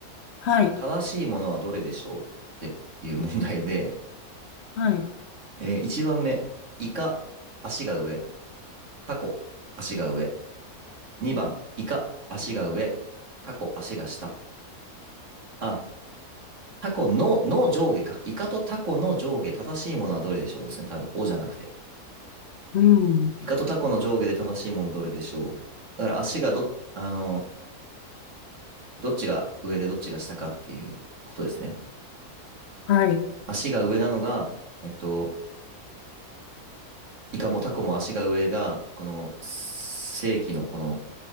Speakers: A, on the left; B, on the right.
A: はい。
B: 正しいものはどれでしょうっていう問題で、
A: はい。
B: えー、1番目。イカ、足が上。タコ、足が上。2番、イカ、足が上。タコ、足が下。あ、タコの、の上下か。イカとタコの上下、正しいものはどれでしょうですね。多分、おじゃなくて。
A: うん。
B: イカとタコの上下で正しいものどれでしょう。だから足がど、あの、どっちが上でどっちが下かっていうことですね。
A: はい。
B: 足が上なのが、えっと、イカもタコも足が上が、この正規のこの、